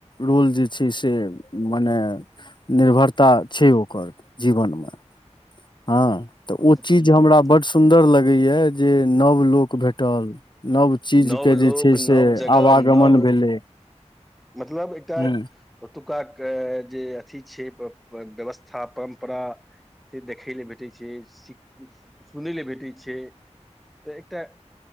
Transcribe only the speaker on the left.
रोल जे छै से मने। निर्भरता छै ओकर जीवनमे हाँ तऽ ओ चीज
हमरा बड सुन्दर लगैइया जे नव लोक भेटल। नव चीज
के
जे छै
से
आवागमन
भेलै।
हूँ